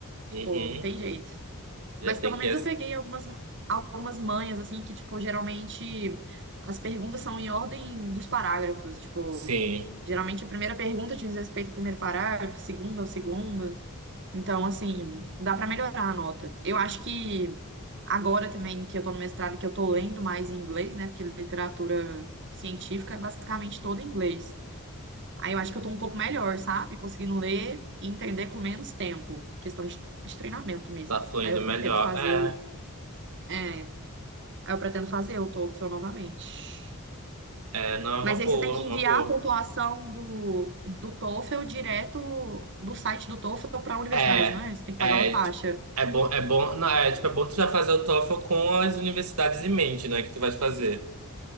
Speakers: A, on the right; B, on the right.
A: Tipo,
B: Uhum.
A: não tem jeito.
B: Já
A: Mas
B: tem
A: pelo menos
B: que.
A: eu peguei algumas, algumas manhas, assim, que, tipo, geralmente as perguntas são em ordem dos parágrafos. Tipo,
B: Sim,
A: geralmente a primeira pergunta diz respeito ao primeiro parágrafo, a segunda ao segundo. Então, assim, dá pra melhorar a nota. Eu acho que agora também que eu tô no mestrado, que eu tô lendo mais em inglês, né? Porque literatura científica é basicamente toda em inglês. Aí eu acho que eu tô um pouco melhor, sabe? Conseguindo ler e entender com menos tempo. Questão de, de treinamento mesmo.
B: tá fluindo
A: Aí eu
B: melhor.
A: pretendo fazer
B: É.
A: é, aí eu pretendo fazer o TOEFL novamente.
B: É, não, é
A: Mas
B: uma
A: aí
B: boa,
A: você tem que
B: uma
A: enviar
B: boa.
A: a pontuação do, do TOEFL direto do site do TOEFL para a universidade,
B: É,
A: não é? Você tem que
B: é,
A: pagar uma taxa.
B: tipo, é bom, é bom, não, é, tipo, é bom tu já fazer o TOEFL com as universidades em mente, né, que tu vai fazer.